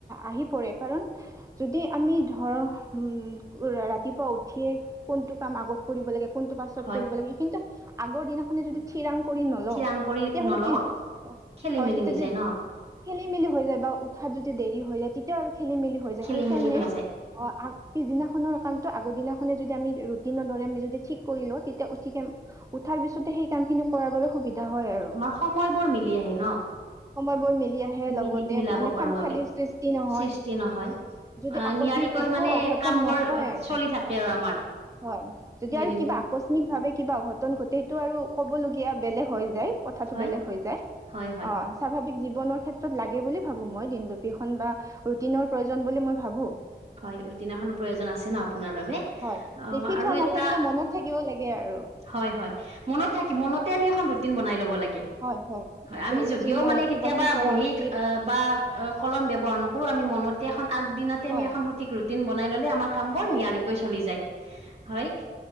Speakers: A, on the right (about 15°); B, on the right (about 35°).
A: আহি পৰে কাৰণ, যদি আমি ধৰ উ, ৰাতিপুৱা উঠ উঠিয়ে কোনটো কাম আগত কৰিব লাগে, কোনটো পাছত
B: হয়
A: কৰিব লাগে, সেই কিন্তু আগৰ দিনাখনে যদি থিৰাং কৰিম নল‌ও,
B: থিৰাং কৰি
A: তেতিয়াহলে
B: নলওঁ
A: পিছ,
B: খেলি
A: হয়,
B: মেলি
A: তেতিয়া
B: হৈ
A: য
B: যায় ন
A: খেলি মেলি হৈ যায়, বা উঠাত যদি দেৰি হৈ যায় তেতিয়া আৰু খেলি মেলি হৈ যায়
B: খেলি
A: সেইকাৰণে
B: মেলি হৈ যায়
A: আ পিছদিনাখনৰ কামটো আগৰদিনাখনে যদি যেতিয়া আমি ৰুটিনৰ দৰে আমি যদি ঠিক কৰি ল‌ও, <unintelligible> তেতিয়া উঠাৰ পিছতে সেই কাম খিনি কৰাৰ বাবে সুবিধা হয় আৰু
B: আমাৰ সময়বোৰ মিলি আহে ন?
A: সময়বোৰ মিলি আহে লগতে
B: মিলি মিলাব
A: মানে
B: পাৰো
A: খাম খেলৰ
B: আমি
A: সৃষ্টি নহয়।
B: সৃষ্টি নহয়
A: যদি
B: আহ
A: আকস্মিক
B: নিয়াৰিকৈ
A: একো
B: মানে
A: অঘটন
B: কাম বোৰ
A: নহয় আৰু।
B: চলি থাকে আৰু আমাৰ
A: হয়, যদি
B: দৈনিন
A: আৰু কিবা আকস্মিকভাৱে কিবা অঘটন ঘটে, সেইটো আৰু ক'বলগীয়া বেলেগ হৈ যায়। কথাটো
B: হয়
A: বেলেগ হৈ যায়,
B: হয় হয়
A: অ', স্বাভাৱিক জি- জীৱনৰ ক্ষেত্ৰত লাগে বুলি ভাবো মই দিনলিপিখন বা ৰুটিনৰ প্ৰয়োজন বুলি মই ভাবো।
B: হয় ৰুটিন এখনৰ প্ৰয়োজন আছে ন আপোনাৰ বাবে। অ',
A: হয় লিখি থোৱা
B: আৰু এটা
A: নাথাকিলে মনত থাকিব লাগে আৰু
B: হয় হয়, মনত থাকি মনতে আমি এখন ৰুটিন বনাই লব লাগে।
A: হয় হয়।
B: হয়, আমি
A: যে উঠি
B: যদিও
A: মই
B: মানে
A: ৰাতিপুৱা
B: কেতিয়াবা
A: কি কৰা
B: বহী
A: উচিত
B: আহ বা কলম ব্যৱহাৰ নকৰো, আমি মনত <unintelligible> আগদিনাতে আমি
A: হয়
B: এখ ৰুটিন বনাই ল'লে আমাৰ কামবোৰ
A: হয়
B: নিয়াৰিকৈ
A: হয়
B: চলি যায়। হয়,